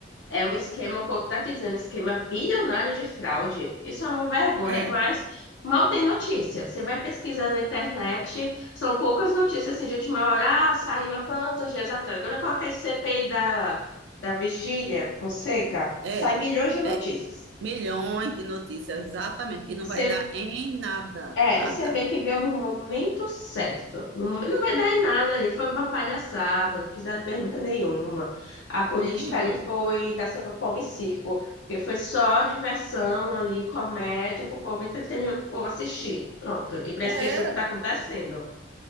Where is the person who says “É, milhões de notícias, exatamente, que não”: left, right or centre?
Right